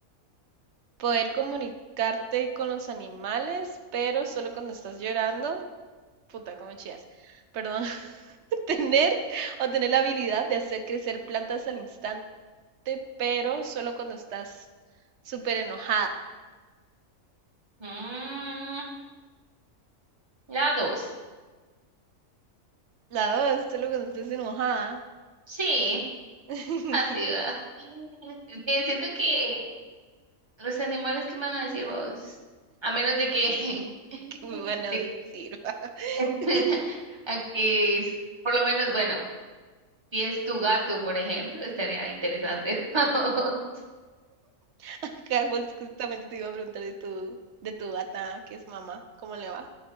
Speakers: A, on the right; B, on the right.
A: poder comunicarte con los animales, pero solo cuando estás llorando. Puta, cómo chías. Perdón. <laughs> Tener o tener la habilidad de hacer crecer plantas al instante, pero solo cuando estás súper enojada.
B: Mm, la dos.
A: La dos, solo cuando estás enojada.
B: Sí,
A: <laughs>
B: así va. Es que siento que los animales que me van a decir vos, a menos de que, <laughs>
A: Qué me van
B: de-
A: a decir, va?
B: <laughs>
A: <laughs>
B: a que s- por lo menos, bueno, si es tu gato, por ejemplo, estaría interesante. <laughs>
A: Acá, pues justamente te iba a preguntar de tu, de tu gata, que es mamá, ¿cómo le va